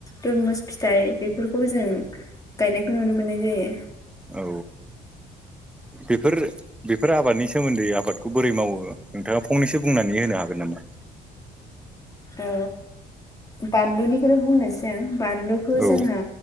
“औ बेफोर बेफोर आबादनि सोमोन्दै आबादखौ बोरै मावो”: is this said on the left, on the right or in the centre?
Centre